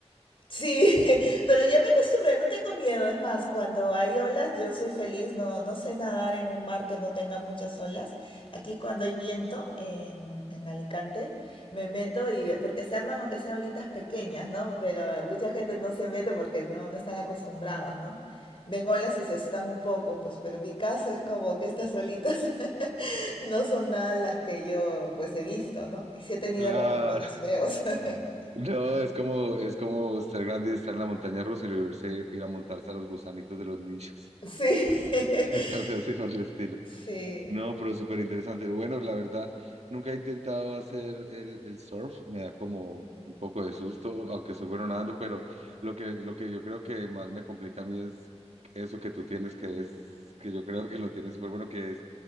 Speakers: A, on the left; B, on the right.
A: Sí, <laughs> pero ya me acostumbré, no tengo miedo. Es más, cuando hay olas, yo soy feliz. No, no sé nadar en un mar que no tenga muchas olas. Aquí cuando hay viento en, en Alicante, me meto y porque se arman aunque sea olitas pequeñas, ¿no? Pero eh, mucha gente no se mete porque no, no están acostumbrados, ¿no? Ven olas y se asustan un poco, pues, pero mi caso es como que estas olitas <laughs> no son nada las que yo, pues, he visto, ¿no? Y sí he tenido
B: Claro.
A: revolcones
B: <laughs>
A: feos. <laughs>
B: No, es como, es como ser grande y estar en la montaña rusa y volverse a ir a montarse a los gusanitos de los niños.
A: Sí, <laughs>
B: <laughs> Es algo así por el estilo.
A: Sí,
B: No, pero súper interesante. Bueno, la verdad, nunca he intentado hacer el, el surf, me da como un poco de susto, aunque soy bueno nadando, pero lo que, lo que yo creo que más me complica a mí es eso que tú tienes, que es, que yo creo que lo tienes súper bueno, que es